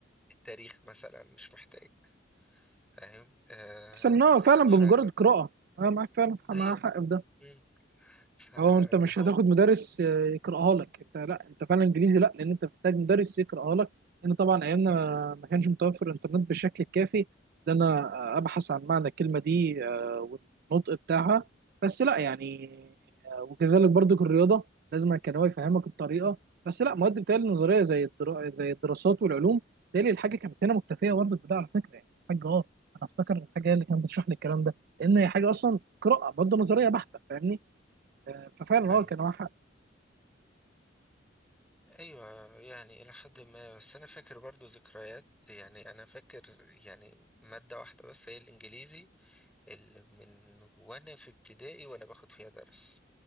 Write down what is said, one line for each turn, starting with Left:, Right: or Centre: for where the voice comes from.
Centre: التاريخ مثلا مش محتاج فاهم آه
Right: احسن ان هو فعلا
Centre: فك
Right: بمجرد قراءه انا معاك فعلا مع
Centre: ايوه
Right: حق في ده
Centre: مم. فاللي
Right: هو انت مش
Centre: هو
Right: هتاخد مدرس آه، يقراها لك انت لا انت فعلا انجليزي لا لان انت محتاج مدرس يقراها لك لان طبعا ايامنا ما ما كانش متوفر الانترنت بالشكل الكافي ان انا ابحث عن معنى الكلمه دي آه، والنطق بتاعها بس لا يعني آه، وكذلك برضو الرياضه لازم كان هو يفهمك الطريقه بس لا مواد بتهيألي النظريه زي الدرا... زي الدراسات والعلوم بتهيألي الحاجه كانت هنا مكتفيه برضو بده على فكره يعني الحاجه اه انا افتكر الحاجه هي اللي كانت بتشرح لي الكلام ده لان هي حاجه اصلا قراءه برضو نظريه بحته فاهمني ففعلا
Centre: ايوه
Right: هو كان واحد
Centre: ايوه يعني الى حد ما بس انا فاكر برضو ذكريات يعني انا فاكر يعني مادة واحدة بس هي الانجليزي اللي من وانا في ابتدائي وانا باخد فيها درس